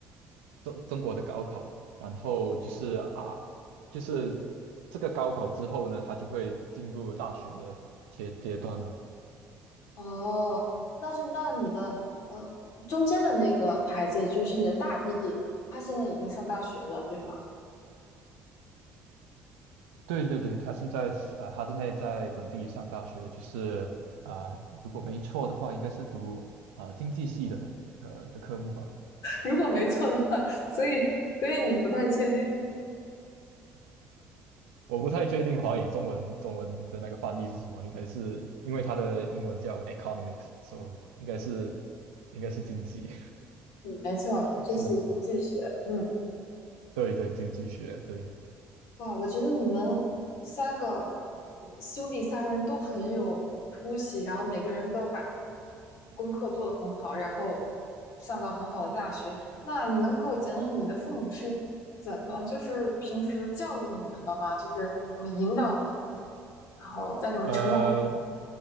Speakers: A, on the right (about 65°); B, on the left (about 55°).
A: 中中国的高考，然后就是啊，就是这个高考之后呢，他就会进入大学的阶阶段了。
B: 哦，那是那你的呃中间的那个孩子就是你的大弟弟，他现在已经上大学了，对吗？
A: 对对对，他现在是啊、他现在在本地上大学，就是啊、如果没错的话，应该是读啊、经济系的呃的科目吧。
B: 如果没错的话，所以所以你不太确定
A: 我不太确定华语中文中文的那个翻译是什么，应该是因为它的英文叫 economics，so 应该是应该是经济，
B: 嗯，没错，就是经济学。
A: <laughs> 是是，
B: 嗯，
A: 对对，经济学，对。
B: 哇，我觉得你们三个兄弟三人都很有出息，然后每个人都把功课做得很好，然后上到很好的大学。那你能给我讲讲你的父母是怎么，就是平时教育你们的吗？就是怎么引导你，然后在你们成长。
A: 呃，